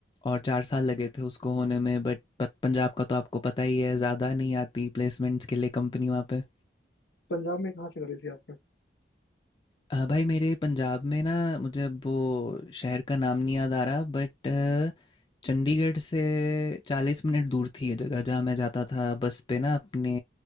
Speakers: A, on the left (about 25°); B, on the left (about 85°).
A: और चार साल लगे थे उसको होने में बट पंजाब का तो आपको पता ही है ज़्यादा नहीं आती प्लेसमेंट्स के लिए कंपनी वहाँ पे
B: पंजाब में कहाँ से करी थी आपने
A: अ, भाई मेरे पंजाब में ना मुझे अब वो शहर का नाम नहीं याद आ रहा बट अ, चंडीगढ़ से चालीस मिनट दूर थी ये जगह जहाँ मैं जाता था बस पे ना अपने